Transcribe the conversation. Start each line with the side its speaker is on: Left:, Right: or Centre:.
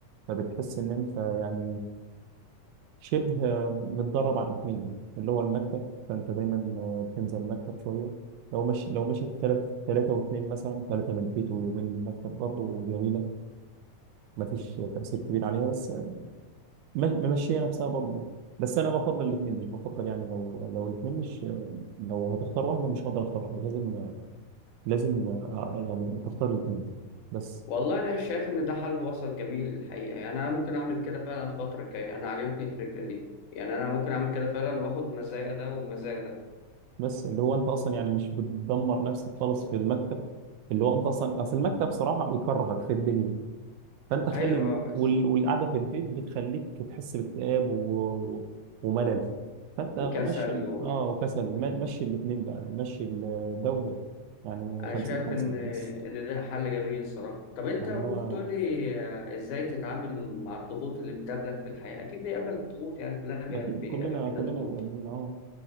Right: فبتحس ان انت يعني شبه آه، متدرب على الاثنين اللي هو المكتب فانت دايما آه، بتنزل المكتب شويه لو مش لو مشيت ثلاث ثلاثه واثنين مثلا ثلاثه من البيت ويومين من المكتب برضه جميله ما فيش تاثير كبير عليها بس آه، م- ممشيه نفسها برضه بس انا بفضل الاثنين مش بفضل يعني لو لو الاثنين مش آه، لو هتختار واحده مش هقدر اختار واحده لازم آه، لازم آه، يعني تختار الاثنين بس
Left: والله انا شايف ان ده حل وسط جميل الحقيقة يعني انا ممكن اعمل كده فعلا الفترة الجاية انا عجبتني الفكرة دي يعني انا ممكن اعمل كده فعلا واخد مزايا ده ومزايا ده
Right: بس اللي هو انت اصلا يعني مش بتدمر نفسك خالص في المكتب اللي هو انت اصلا اصل المكتب صراحه بيكرهك في الدنيا فانت خلي
Left: ايوه
Right: ال-
Left: آه، بس
Right: وال- والقعده في البيت بتخليك تحس باكتئاب و... و... وملل فانت
Left: وكسل
Right: مشي ال...
Left: و...
Right: اه وكسل م- مشي الاثنين بقى مشي ال- ده وده يعني
Left: انا
Right: 50
Left: شايف
Right: 50
Left: ان
Right: بس
Left: ان ده حل جميل الصراحه طب انت
Right: يعني
Left: ممكن
Right: هو
Left: تقول لي آه، ازاي تتعامل مع الضغوط اللي بتقابلك في الحياه اكيد بيقابلك ضغوط يعني كلنا بي-
Right: اكيد
Left: بيقابلنا
Right: كلنا كلنا
Left: ضغوط
Right: بيقابلنا اه